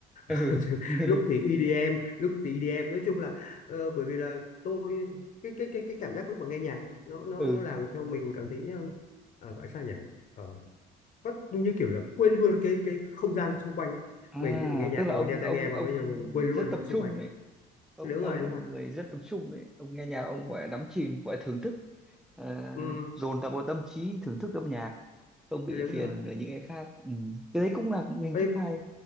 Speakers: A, in the centre; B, on the left (about 50°).
A: ừ
B: <laughs>
A: <laughs>
B: lúc thì EDM lúc thì EDM nói chung là ờ, bởi vì là tôi cái cái cái cái cảm giác lúc mà nghe nhạc ấy, nó nó
A: ừ
B: nó làm cho mình cảm thấy ờ, ờ, gọi sao nhỉ Ờ, có như kiểu là quên luôn cái cái không gian xung quanh ấy.
A: à
B: mình khi mà nghe nhạc
A: tức là
B: là
A: ông
B: mình đeo
A: ông
B: tai nghe và
A: ông
B: coi như là mình quên luôn
A: rất tập
B: xung
A: trung
B: quanh ấy.
A: đấy ông
B: đúng
A: ông
B: rồi đúng
A: là một
B: rồi
A: người rất tập trung đấy ông nghe nhạc ông gọi là đắm chìm gọi là thưởng thức uh,
B: ừ,
A: dồn tập vào tâm trí thưởng thức âm nhạc không bị
B: đúng
A: phiền
B: rồi
A: với những cái khác ừ. cái đấy cũng là một hình thức
B: Ê,
A: hay